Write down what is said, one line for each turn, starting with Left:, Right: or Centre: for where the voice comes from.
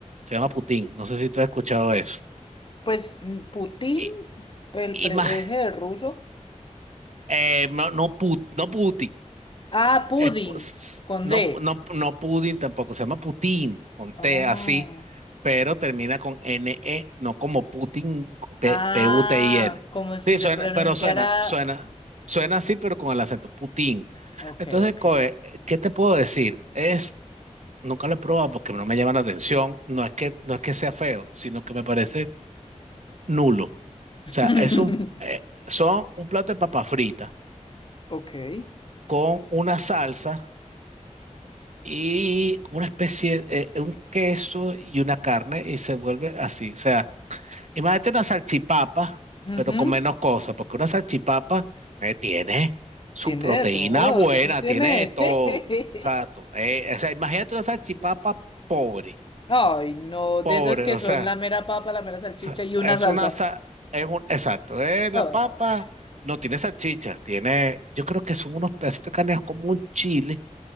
Right: se llama putín, no sé si tú has escuchado eso.
Left: Pues mm, Putin,
Right: Y,
Left: el
Right: y
Left: pre-
Right: más,
Left: es el ruso.
Right: eh, no, no, put, no putín,
Left: Ah, Pudding,
Right: es pu- s-
Left: con
Right: no,
Left: D.
Right: pu- no, no pudín tampoco, se llama putín, con
Left: Ah,
Right: T así pero termina con NE, no como Putin, P-
Left: ah,
Right: P-U-T-I-N.
Left: como si
Right: Sí,
Left: se
Right: suena,
Left: pronunciara.
Right: pero suena, suena, suena así, pero con el acento, Putin.
Left: Ok,
Right: Entonces,
Left: ok.
Right: coe, ¿qué te puedo decir? Es, nunca lo he probado porque no me llama la atención, no es que, no es que sea feo, sino que me parece nulo. O
Left: <laughs>
Right: sea, es un, eh, son un plato de papa frita
Left: Ok.
Right: con una salsa y una especie, de, eh, un queso y una carne y se vuelve así. O sea, Imagínate una salchipapa,
Left: Ujú.
Right: pero con menos cosas, porque una salchipapa eh, tiene su
Left: Tiene
Right: proteína
Left: de todos,
Right: buena,
Left: eso tiene.
Right: tiene de todo.
Left: <laughs>
Right: Exacto. Eh, o sea, imagínate una salchipapa pobre,
Left: Ay, no,
Right: pobre,
Left: de esas que
Right: o
Left: son
Right: sea,
Left: la mera papa, la mera salchicha
Right: sa-
Left: y una
Right: es
Left: salsa.
Right: una, sa- es un, exacto, eh, la
Left: Ah,
Right: papa no tiene salchichas, tiene, yo creo que son unos pedacitos de carne como un chile